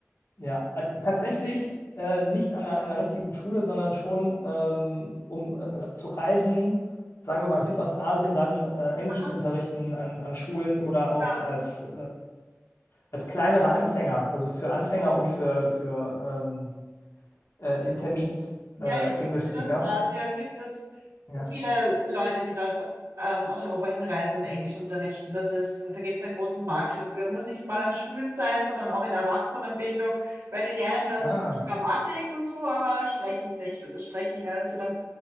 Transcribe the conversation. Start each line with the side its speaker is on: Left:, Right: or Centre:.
Left: Ja, äh, tatsächlich äh, nicht an einer, einer richtigen Schule, sondern schon, ähm, um äh, zu reisen, sagen wir mal in Südostasien, dann äh, Englisch
Right: Aha,
Left: zu unterrichten an, an Schulen oder auch
Right: ja.
Left: als, äh, als kleinere Anfänger, also für Anfänger und für, für ähm, äh, Intermediate
Right: Ja,
Left: äh,
Right: in
Left: English
Right: Südostasien
Left: Speaker.
Right: gibt es
Left: Ja.
Right: viele Leute, die dort ähm, aus Europa hinreisen und Englisch unterrichten. Das ist, da gibt es einen großen Markt dafür. Muss nicht mal an Schulen sein, sondern auch in der Erwachsenenbildung, weil die lernen dort
Left: Ah,
Right: so viel Grammatik und so, aber sprechen nicht. Und das Sprechen lernen sie dann